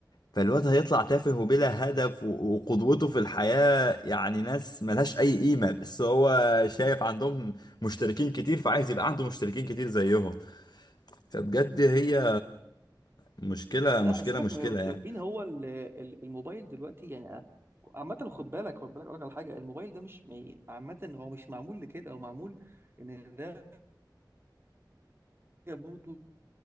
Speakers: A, on the left; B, on the right.
A: فالواد هيطلع تافه وبلا هدف و- وقدوته في الحياة يعني ناس ملهاش اي قيمة بس هو شايف عندهم مشتركين كتير فعايز يبقى عنده مشتركين كتير زيهم فبجد هي مشكلة
B: لا
A: مشكلة
B: سيبك
A: مشكلة
B: من المشتركين
A: يعني
B: هو ال- ال- الموبايل دلوقتي يعني آه، عامة خد بالك خد بالك اقول لك على حاجة الموبايل ده مش ما- عامة هو مش معمول لكده هو معمول ان ده برضه